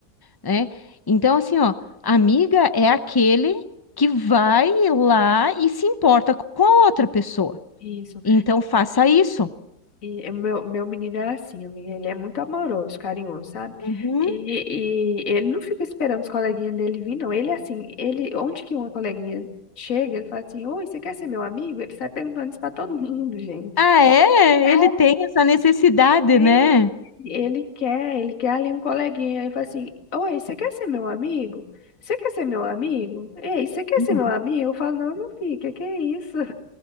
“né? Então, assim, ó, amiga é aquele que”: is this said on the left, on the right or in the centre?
Left